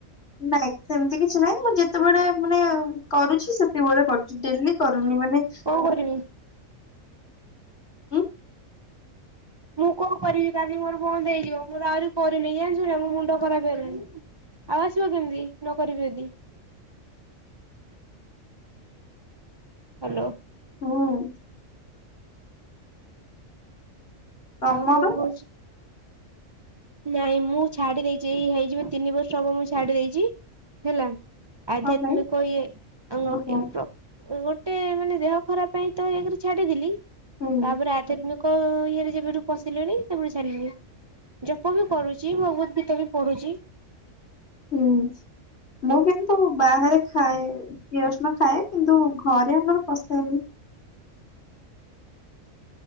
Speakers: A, on the left; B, on the right.
A: ନାଇଁ ସେମିତି କିଛି ନାହିଁ ମୁଁ ଯେତେବେଳେ ମାନେ କରୁଛି ସେତେବେଳେ କରୁଛି। ଡେଲି କରୁନି ମାନେ
B: କଣ କରିବି?
A: ହ।
B: ମୁଁ କଣ କରିବି କାଲି ମୋର ବନ୍ଦ ହେଇଯିବ, ମୋର ଆହୁରି କରିନି ଜାଣିଛୁ ନା ମୋ ମୁଣ୍ଡ ଖରାପ ହେଇଗଲାଣି। ଆଉ ଆସିବ କେମିତି ନ କରିବି ଯଦି? ହାଲୋ।
A: ହୁଁ। ତମର
B: ଆଉ କଣ କହୁଛ? ନାଇଁ ମୁଁ ଛାଡି ଦେଇଚି, ଏଇ ହେଇଯିବ ତିନି ବର୍ଷ ହବ ମୁଁ ଛାଡି ଦେଇଚି ହେଲା। ଆଧ୍ୟାତ୍ମିକ
A: କଣ ପାଇଁ
B: ଇଏ
A: ଓହୋ
B: ଏମ୍ <unintelligible> ଗୋଟେ ମାନେ ଦେହ ଖରାପ ପାଇଁ ତ ଏକରେ ଛାଡିଦେଲି,
A: ହୁଁ।
B: ତାପରେ ଆଧ୍ୟାତ୍ମିକ ଇଏରେ ଯେବେଠୁ ପଶିଲିଣି ତାପରେ ଛାଡିଲି। ଜପ ବି କରୁଚି, ଭଗବତ୍ ଗୀତା ବି ପଢୁଚି।
A: ହୁଁ ମୁଁ କିନ୍ତୁ ବାହାରେ ଖାଏ, ପିଆଜ ରସୁଣ ଖାଏ କିନ୍ତୁ ଘରେ ଆମର ପସେନି।